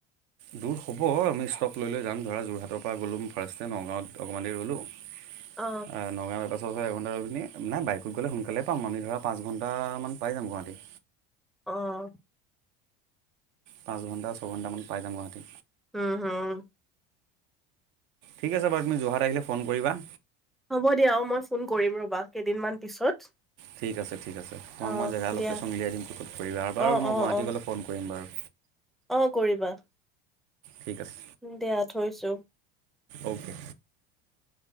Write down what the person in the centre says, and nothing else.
অ
অহ।
উম হম
হ'ব দিয়া, অ, মই ফোন কৰিম ৰবা কেইদিনমান পিছত।
অ
দিয়া
অ
অ
অ
অ', কৰিবা
দিয়া থৈছো।